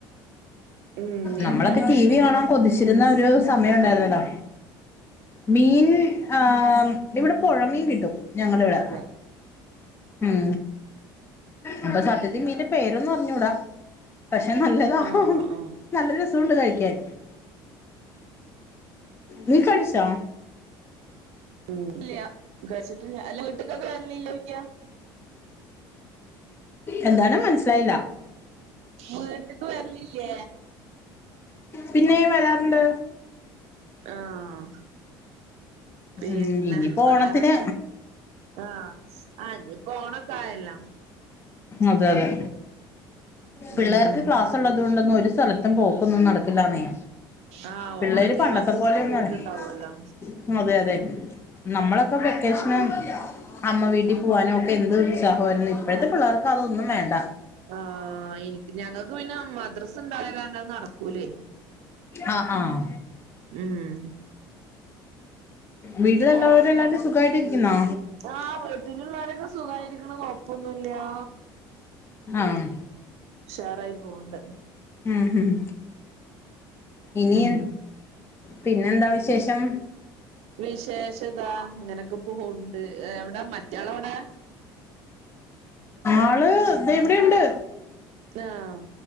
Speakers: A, on the right; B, on the left.
A: ഉം
B: നമ്മളൊക്കെ
A: എന്താണ്
B: ടി
A: മീൻ
B: വി
A: കിട്ടല്
B: കാണാൻ കൊതിച്ചിരുന്ന ഒരു സമയം ണ്ടായിര്ന്നല്ലോ മീൻ ആഹ് ഇവിടെ പുഴമീൻ കിട്ടും ഞങ്ങളിവിടെ
A: അത്
B: ഉം അപ്പൊ സത്യത്തിൽ മീന്റെ പേരോന്നും അറിഞ്ഞൂടാ പക്ഷെ നല്ലതാ
A: ആഹ് ആഹ് ആഹ്
B: നല്ല രസൂണ്ട് കഴിക്യാൻ നീ കഴിച്ചോ
A: ഉം ഇല്യ കഴിച്ചിട്ടില്യ വീട്ട്ക്കൊക്കെ വര് ലില്ലേയ്ക്ക
B: എന്താണ് മനസിലായ്ല
A: വീട്ട്ക്ക് വര്ലില്ലേ
B: പിന്നെ വരാറ്ണ്ട്
A: ആഹ് പിന്നെ
B: ഉം ഇനിയിപ്പോ
A: വേറെന്താ
B: ഓണത്തിന്
A: ആഹ് ആഹ് ഇഞ്പ്പോ ഓണൊക്കായല്ലോ
B: അതെ അതെ പിള്ളേർക്ക്
A: ഉം
B: ക്ലാസ് ഉള്ളതോണ്ടൊന്നും ഒരു സ്ഥലത്തും പോക്കൊന്നും നടക്കില്ലാന്നേ
A: ആഹ്
B: പിള്ളേര്
A: ഓണത്തിന്
B: പണ്ടത്തെ
A: പത്തൂസ്
B: പോലെയൊന്നും
A: ത്തപൂട്ടുണ്ടാവല്ലോ
B: അതെ അതെ നമ്മളൊക്കെ വെക്കേഷന് അമ്മ വീട്ടിൽ പോവാനും ഒക്കെ എന്ത് ഉത്സാഹാര്ന്നു ഇപ്പോഴത്തെ പിള്ളേർക്ക് അതൊന്നും വേണ്ട
A: ആഹ് ഇനിപ്പ ഞങ്ങക്ക് പിന്നെ മദ്രസ് ണ്ടായ കാര്നഅ്നട കുലൈ
B: ആഹ് ആഹ്
A: ഉം
B: വീട്ടിലല്ലാവരു
A: ഓണ
B: ല്ലാരു സുഖായിട്ടിരിക്ന്നോ
A: ആഹ് വീട്ടിലുള്ളവരൊക്കെ സുഖായിരി ക്ണ് കൊഴപ്പൊന്നുല്യാ
B: ആഹ്
A: ഷാറായി പോണ്ട്
B: എ ഹും ഇനി
A: ഉം
B: പിന്നെന്താ വിശേഷം
A: വിശേഷതാ ങ്ങനെക്കെ പോണ്ട് എവിടെ മറ്റാളവ്ടെ
B: ആള് ദേ ഇവിടെണ്ട്
A: ആഹ്